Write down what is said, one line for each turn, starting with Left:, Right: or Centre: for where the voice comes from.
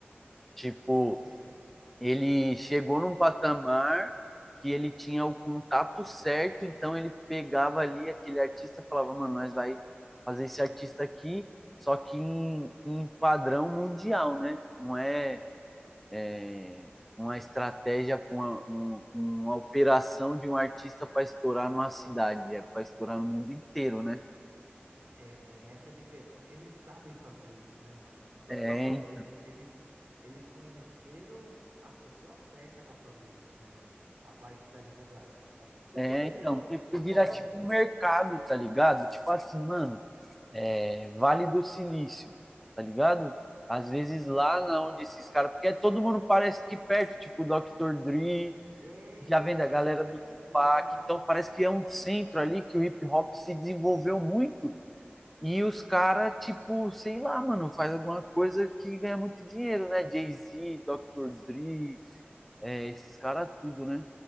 Centre: Tipo,
Right: é,
Centre: ele chegou num patamar que ele tinha o contato certo, então ele pegava ali aquele artista, falava, mano, nós vai fazer esse artista aqui, só que em, em padrão mundial, né? Não é, é uma estratégia, uma, um, uma operação de um artista para estourar numa cidade, é para estourar no mundo inteiro, né?
Right: é, tem essa diferença. Eles sabem fazer isso, né, mano? Tipo,
Centre: É,
Right: é o que você falou, eles, eles, eles conheceram as pessoas certas pra fazer isso, né, mano? A parte da divulgação. Porque,
Centre: é
Right: beleza,
Centre: então,
Right: que
Centre: porque
Right: o som
Centre: vira
Right: é bom.
Centre: tipo um mercado, tá ligado? Tipo assim, mano, é, Vale do Silício, tá ligado? Às vezes
Right: Hum.
Centre: lá na onde esses caras. Porque todo mundo parece que perto, tipo o Dr. Dre,
Right: É, é-
Centre: já vem da galera
Right: essa que
Centre: do
Right: é a doideira,
Centre: Tupac.
Right: né?
Centre: Então parece que é um centro ali que o hip hop se desenvolveu muito. E os caras, tipo, sei lá, mano, faz alguma coisa que ganha muito dinheiro, né? Jay-Z, Dr. Dre, é, esses caras tudo, né?